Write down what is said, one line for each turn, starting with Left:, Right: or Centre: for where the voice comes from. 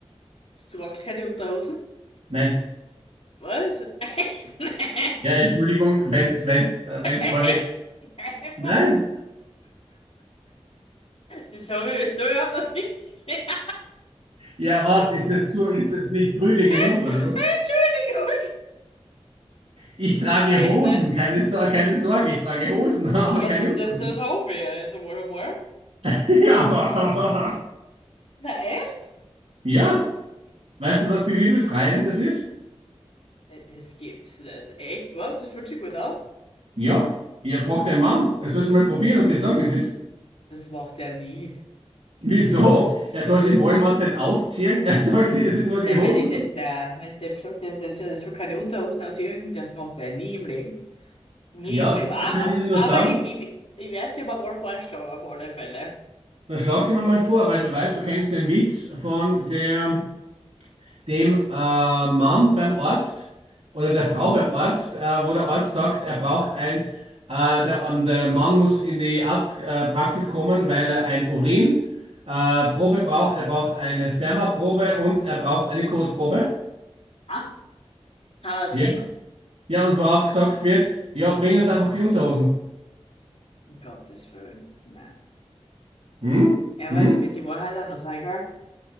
Left: du tragst keine Unterhosen?
Right: Nein.
Left: Was? <laughs> Echt? Nein.
Right: Ja, Entschuldigung, wenn's, wenn's, äh,
Left: Echt?
Right: wenn's häufig.
Left: Nein.
Right: Nein.
Left: Das habe ich, das hab ich so überhaupt noch nicht. <laughs>
Right: Ja, was? Ist das zu, ist das nicht prüde genug,
Left: Entschuldigung.
Right: oder was? Ich trage
Left: Echt
Right: Hosen,
Left: nicht?
Right: keine, Sor- keine Sorge, ich trage Hosen, <laughs> aber
Left: Ja,
Right: keine
Left: das,
Right: Unterhosen.
Left: das, das hoffe ich ja jetzt einmal einmal.
Right: <laughs> Ja, aber.
Left: Na echt?
Right: <laughs> Ja, weißt du, was bewierbefreiend das ist?
Left: Äh, Das gibt's nicht. Echt? Wow, das fühlt sich gut an.
Right: Ja, ihr fragt deinen Mann, er soll es mal probieren und dir sagen, wie es ist.
Left: Das macht er nie.
Right: Wieso?
Left: Das,
Right: Er soll
Left: das,
Right: es im Walmart nicht ausziehen, <laughs> er soll die, nur
Left: na,
Right: die Hosen.
Left: wenn ich, de, na, wenn ich dem sage, der, der, der soll keine Unterhosen anziehen, das macht er nie im Leben. Nie
Right: Ja,
Left: im Leben.
Right: sicher
Left: Aber,
Right: könnte ich dir nur
Left: aber
Right: sagen,
Left: ich, ich, ich werde es ihm mal vorschlagen, auf alle Fälle.
Right: dann schlag's ihm mal vor, weil du weißt, du kennst den Witz von der dem äh, Mann beim Arzt oder der Frau beim Arzt, äh, wo der Arzt sagt, er braucht ein, äh, der, ähm, der Mann muss in die Arztpraxis äh, Praxis kommen, weil er ein Urin äh, Probe braucht, er braucht eine Spermaprobe und er braucht eine Kotprobe.
Left: Ja? Ah, sie,
Right: Ja. Ja, und worauf gesagt wird, ja, bring uns einfach die Unterhosen.
Left: um Gottes Willen. Nein.
Right: Hm?
Left: Ja, aber
Right: Hm?
Left: es wird die Wahrheit auch noch sein, gell?